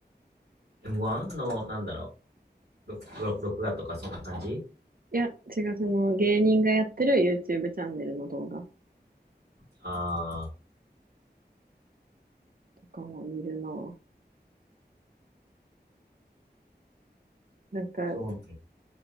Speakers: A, on the right; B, on the right.
A: M1 の、なんだろう、録録録画とかそんな感じ
B: いや、違う、その芸人がやってる YouTube チャンネルの動画
A: ああー、
B: とかも見るな。なんか、
A: そうね。